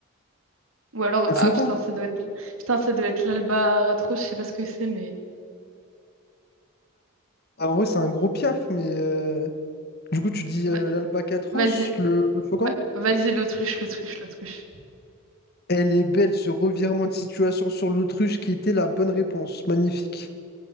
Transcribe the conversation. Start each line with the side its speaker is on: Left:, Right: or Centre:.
Right: Ou alors,
Left: Le
Right: ah
Left: faucon?
Right: putain, ça doit être, putain, ça doit être l'albatros, je sais pas ce que c'est, mais
Left: Ah, en vrai, c'est un gros Piaf, mais euh, du coup, tu dis
Right: va-
Left: euh, l'albatros,
Right: vas-y,
Left: le, le faucon?
Right: va- vas-y, l'autruche, l'autruche, l'autruche.
Left: Elle est belle, ce revirement de situation sur l'autruche qui était la bonne réponse. Magnifique.